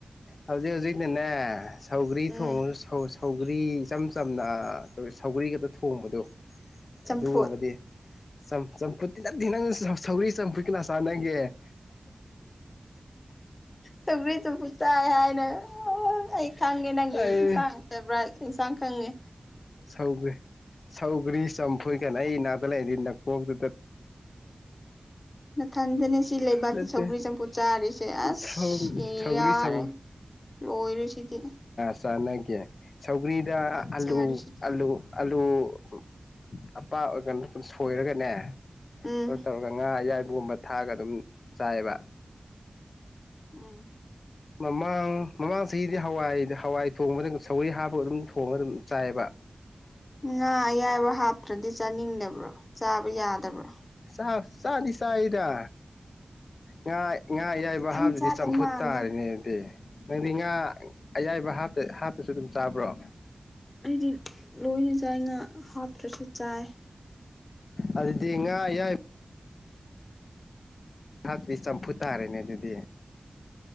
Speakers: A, on the left; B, on the left.
A: ꯍꯧꯖꯤꯛ ꯍꯧꯖꯤꯛꯅꯅꯦ ꯁꯧꯒ꯭ꯔꯤ
B: ꯎꯝ
A: ꯊꯣꯡꯉ ꯁꯧ ꯁꯧ ꯒꯔꯤ ꯏꯆꯝ ꯆꯝꯅ ꯁꯧꯒꯔꯤ ꯈꯛꯇ ꯊꯣꯡꯕꯗꯣ
B: ꯆꯝꯐꯨꯠ
A: ꯑꯗꯨꯒꯨꯝꯕꯗꯤ ꯆꯝ ꯆꯝꯐꯨꯠ <unintelligible> ꯅꯪ ꯁꯧꯔꯤ ꯆꯝꯐꯨꯠ ꯀꯅꯥ ꯆꯥꯟꯅꯒꯦ
B: ꯁꯧꯒ꯭ꯔꯤ ꯆꯝꯐꯨꯠ ꯆꯥꯏ ꯍꯥꯏꯅ ꯑꯩ ꯈꯪꯉꯦ ꯅꯪꯒꯤ
A: ꯑꯩ
B: ꯏꯟꯁꯥꯡ ꯐꯦꯚꯣꯔꯥꯏꯠ ꯏꯟꯁꯥꯡ ꯀꯪꯉꯦ
A: ꯁꯧꯒ ꯁꯧꯒꯔꯤ ꯆꯝ ꯐꯨꯏ ꯀꯅꯣ ꯑꯩ ꯏꯅꯥꯛꯇ ꯂꯩꯗꯤ ꯅꯄꯣꯛꯇꯨꯗ
B: ꯅꯊꯟꯗꯅꯦ ꯁꯤ ꯂꯩꯕꯥꯛꯀꯤ
A: ꯅꯠꯇꯦ
B: ꯁꯧꯒ꯭ꯔꯤ ꯆꯝꯐꯨꯠ ꯆꯥꯔꯤꯁꯦ ꯑꯁ
A: ꯁꯧ ꯁꯧꯒ꯭ꯔꯤ
B: ꯌꯥꯔꯦ
A: ꯆꯝ
B: ꯂꯣꯏꯔꯦ ꯁꯤꯗꯤ
A: ꯆꯥꯅꯒꯦ ꯁꯧꯒꯔꯤꯗ
B: ꯅꯪ
A: ꯑꯂꯨ
B: ꯆꯥꯔꯤꯁꯤꯗꯤ
A: ꯑꯜꯂꯨ ꯑꯜꯂꯨ ꯑꯄꯥ ꯑ ꯑꯗꯨꯝ ꯁꯣꯏꯔꯒꯅꯦ
B: ꯎꯝ
A: ꯇꯧꯔ ꯉꯥ ꯑꯌꯥꯏꯕꯒꯨꯝꯕ ꯊꯥꯛꯒ ꯑꯗꯨꯝ ꯆꯥꯏꯑꯕ
B: ꯎꯝ
A: ꯃꯃꯥ ꯃꯃꯥꯡ ꯆꯍꯤꯒꯤꯗꯤ ꯍꯋꯥꯏ ꯍꯋꯥꯏ ꯊꯣꯡꯕꯗ ꯁꯧꯒꯔꯤ ꯍꯥꯞꯄ ꯑꯗꯨꯝ ꯊꯣꯡꯉ ꯑꯗꯨꯝ ꯆꯥꯏꯌꯦꯕ
B: ꯉꯥ ꯑꯌꯥꯏꯕ ꯍꯥꯞꯇ꯭ꯔꯗꯤ ꯆꯥꯅꯤꯡꯗꯕ꯭ꯔꯣ ꯆꯥꯕ ꯌꯥꯗꯕꯔꯣ
A: ꯑ ꯆꯥꯗꯤ ꯆꯥꯏꯗ ꯉꯥꯏ ꯉꯥ ꯑꯌꯥꯏꯕ
B: ꯈꯤꯇꯪ
A: ꯍꯥꯞꯗꯨꯗꯤ
B: ꯆꯥꯗꯧ
A: ꯆꯝꯐꯨꯠ
B: ꯃꯥꯟꯗꯦ
A: ꯇꯥꯔꯦꯅꯦ ꯑꯗꯤ ꯅꯪꯗꯤ ꯉꯥ ꯑꯌꯥꯏꯕ ꯍꯞꯇ ꯍꯥꯞꯇꯁꯨ ꯑꯗꯨꯝ ꯆꯥꯕ꯭ꯔꯣ
B: ꯑꯩꯗꯤ ꯂꯣꯏꯅ ꯆꯥꯏ ꯉꯥ ꯍꯥꯞꯇ꯭ꯔꯁꯨ ꯆꯥꯏ
A: ꯑꯗꯨꯗꯤ ꯉꯥ ꯑꯌꯥꯏ ꯊꯥꯛꯇꯔꯤ ꯆꯝꯐꯨꯠ ꯇꯥꯔꯦꯅꯦ ꯑꯗꯨꯗꯤ